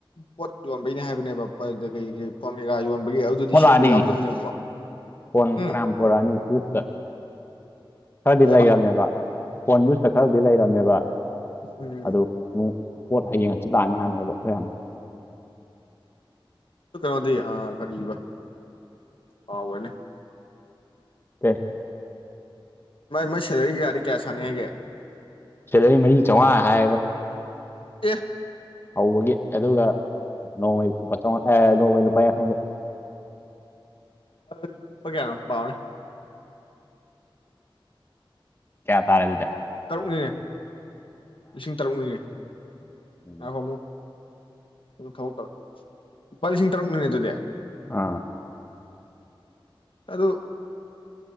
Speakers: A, on the left (about 70°); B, on the left (about 25°).
A: ꯄꯣꯠ ꯌꯣꯟꯕꯩꯅꯦ ꯍꯥꯏꯕꯅꯦꯕ <unintelligible> ꯀꯩ ꯀꯩ ꯐꯣꯟ ꯀꯩꯀꯥ ꯌꯣꯟꯕꯒꯤ ꯑꯗꯨꯗꯤ
B: ꯄꯣꯠ
A: ꯁꯦꯝꯕ
B: ꯂꯥꯛꯑꯅꯤ
A: ꯌꯥꯎꯗꯕꯅꯦꯕꯀꯣ
B: ꯐꯣꯟ
A: ꯎꯝ
B: ꯇꯔꯥꯄꯔꯛꯑꯅꯤꯇ ꯈꯔꯗꯤ
A: ꯀꯩꯕ
B: ꯂꯩꯅꯦꯕ ꯐꯣꯟ ꯌꯨꯁꯇ ꯈꯔꯕꯨꯗꯤ ꯂꯩꯔꯝꯃꯦꯕ
A: ꯎꯝ
B: ꯑꯗꯨ ꯑꯃꯨ ꯄꯣꯠ ꯍꯌꯦꯡ ꯑꯁꯤ ꯑꯁꯤ ꯂꯥꯛꯑꯅꯤ ꯍꯥꯏꯃꯦꯕ ꯐꯔ ꯌꯥꯝꯅ
A: ꯑꯗꯨ ꯀꯩꯅꯣꯗꯤ ꯑ ꯀꯔꯤꯕ ꯀꯥꯎꯒ꯭ꯔꯦꯅꯦ
B: <unintelligible>
A: ꯃꯥꯏ ꯃꯥꯏ ꯁꯦꯂꯔꯤꯒꯤ ꯀꯥꯗꯤ ꯀꯌꯥ ꯁꯥꯅꯤ ꯍꯥꯏꯒꯦ
B: ꯁꯦꯂꯔꯤ ꯃꯔꯤ ꯆꯥꯝꯃꯉꯥ ꯍꯥꯏꯒ
A: ꯑꯦꯦꯛ
B: ꯍꯧꯕꯒꯤ ꯑꯗꯨꯒ ꯅꯣꯡꯃꯩ ꯂꯨꯄꯥ ꯆꯃꯉ ꯑꯦ ꯅꯣꯡꯃꯩ ꯂꯨꯄꯥ ꯌꯥꯡꯈꯩꯒ
A: ꯏ ꯀꯌꯥꯅ ꯄꯥꯎꯅꯦ
B: ꯀꯌꯥ ꯇꯥꯔꯦ ꯑꯗꯨꯗ
A: ꯇꯔꯨꯛꯅꯤꯅꯦ ꯂꯤꯁꯤꯡ ꯇꯔꯨꯛꯅꯤꯅꯦ
B: ꯎꯝ
A: ꯉꯈꯣ ꯑꯃꯨꯛ ꯑꯗꯨ ꯊꯕꯛ ꯇꯧꯔꯦ ꯂꯨꯄꯥ ꯂꯤꯁꯤꯡ ꯇꯔꯨꯛꯅꯤꯅꯦ ꯑꯗꯨꯗꯤ
B: ꯑꯥ
A: ꯑꯗꯨꯗ